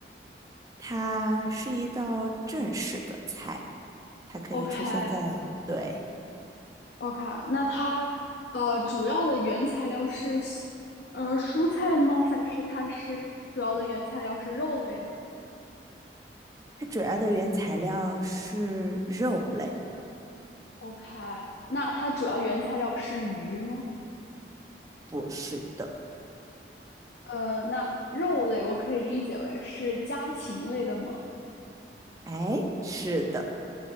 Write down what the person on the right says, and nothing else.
它是一道正式的菜，它可以出现在，
对，
它主要的原材料是肉类，
不是的。
哎，是的，